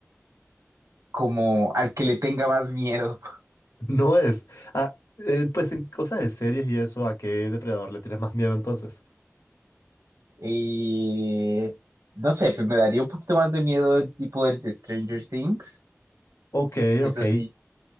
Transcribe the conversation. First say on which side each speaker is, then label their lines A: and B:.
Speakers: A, on the right; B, on the left.
A: como al que le tenga más miedo.
B: No es. Ah, eh, pues en cosas de series y eso, ¿a qué depredador le tienes más miedo entonces?
A: Y no sé, pues me daría un poquito más de miedo el tipo del de Stranger Things,
B: Ok,
A: que
B: ok.
A: eso sí,